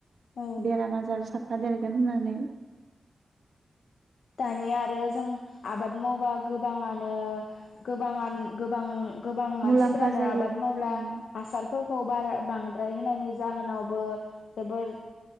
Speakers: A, on the left; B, on the right.
A: औ
B: बेराम आजार साब जाफादेरगोन होननानै
A: दानिया आरो जों आबाद मावबा गोबाङानो गोबां गोबां गोबां मानसिफोरानो
B: मुलाम्फा जायो
A: आबाद मावब्ला
B: औ
A: हासारफोर फावदारा बांद्राय होनायनि जाहोनावबो जोबोर